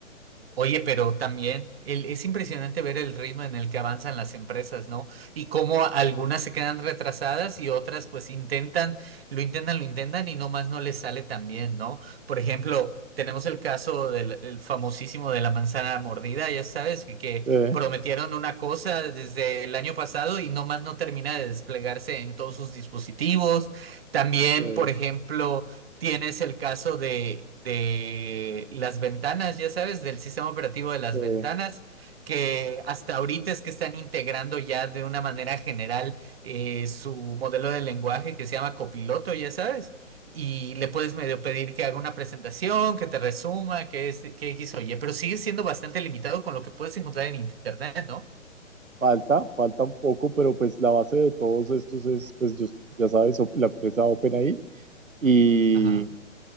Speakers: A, on the right; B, on the right.
A: Oye, pero también el- es impresionante ver el ritmo en el que avanzan las empresas, ¿no? Y cómo algunas se quedan retrasadas y otras pues intentan, lo intentan, lo intentan y nomás no les sale tan bien, ¿no? Por ejemplo, tenemos el caso del el famosísimo de la manzana mordida, ya sabes, que, que
B: Eh,
A: prometieron una cosa desde el año pasado y nomás no termina de desplegarse en todos sus dispositivos. También,
B: eh,
A: por ejemplo... Tienes el caso de, de las ventanas, ya sabes, del sistema operativo de las
B: eh.
A: ventanas, que hasta ahorita es que están integrando ya de una manera general eh, su modelo de lenguaje que se llama Copiloto, ya sabes, y le puedes medio pedir que haga una presentación, que te resuma, que es, que X o Y, pero sigue siendo bastante limitado con lo que puedes encontrar en internet, ¿no?
B: Falta, falta un poco, pero pues la base de todos estos es, pues yo- ya sabes, op- la empresa OpenAI. Y
A: Ajá,